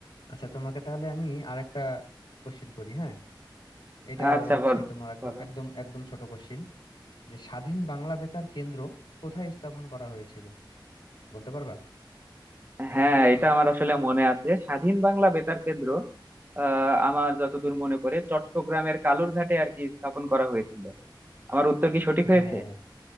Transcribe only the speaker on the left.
আচ্ছা তোমাকে তাহলে আমি আরেকটা কোশ্চিন করি হ্যাঁ এটা
হচ্ছে
তোমার একদম
একদম একদম ছোট কোশ্চিন যে স্বাধীন বাংলা বেতার কেন্দ্র কোথায় স্থাপন করা হয়েছিল বলতে পারবা
হ্যাঁ